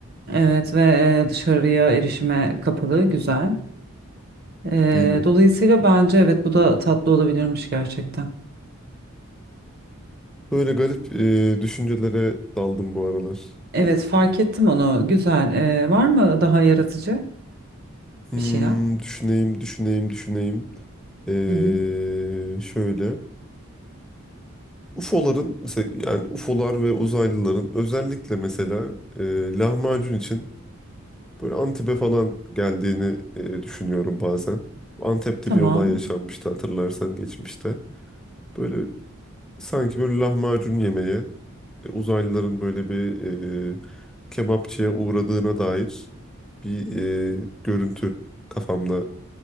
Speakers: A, on the right; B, in the centre.
A: Evet ve e, dışarıya erişime kapalı, güzel. Ee,
B: Değil mi?
A: dolayısıyla bence evet bu da tatlı olabilirmiş gerçekten.
B: Böyle garip e, düşüncelere daldım bu aralar.
A: Evet, fark ettim onu. Güzel. Ee, var mı daha yaratıcı
B: Hmm,
A: bir şeyler?
B: düşüneyim, düşüneyim, düşüneyim. E,
A: Hı hı.
B: şöyle. UFO'ların mesela yani UFO'lar ve uzaylıların özellikle mesela e, lahmacun için Böyle Antep'e falan geldiğini e, düşünüyorum bazen. Antep'te
A: Tamam.
B: bir olay yaşanmıştı hatırlarsan geçmişte. Böyle sanki böyle lahmacun yemeye e, uzaylıların böyle bir e, kebapçıya uğradığına dair bir e, görüntü kafamda